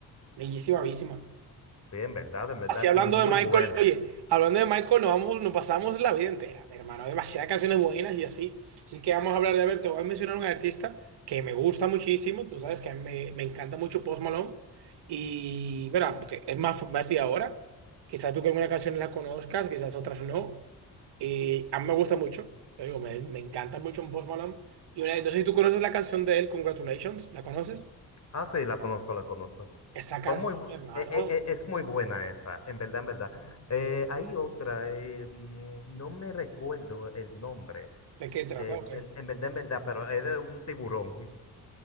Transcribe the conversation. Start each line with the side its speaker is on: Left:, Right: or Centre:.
Right: bellísima, bellísima.
Left: Sí, en verdad, en verdad
Right: Así hablando
Left: son muy
Right: de Michael,
Left: buenas.
Right: oye, hablando de Michael, nos vamos, nos pasamos la vida entera, mi hermano, demasiadas canciones buenas y así. Así que vamos a hablar de, a ver, te voy a mencionar un artista que me gusta muchísimo, tú sabes que a mí me, me encanta mucho Post Malone. Y, verá, porque es más más de ahora. Quizás tú que alguna canción la conozcas, quizás otras no. Y a mí me gusta mucho, te digo, me, me encanta mucho Post Malone. Y una, Entonces, sé si tú conoces la canción de él, Congratulations, ¿la conoces?
Left: Ah, sí, la conozco, la conozco.
Right: Esa
Left: Son
Right: canción,
Left: muy, bu-
Right: mi hermano,
Left: e- e- e- es muy buena esa, en verdad, en verdad. Eh, hay otra, eh, mm, no me recuerdo el nombre,
Right: ¿de qué trata
Left: eh,
Right: o
Left: en,
Right: qué?
Left: ver- en verdad, en verdad, pero es de un tiburón. <laughs>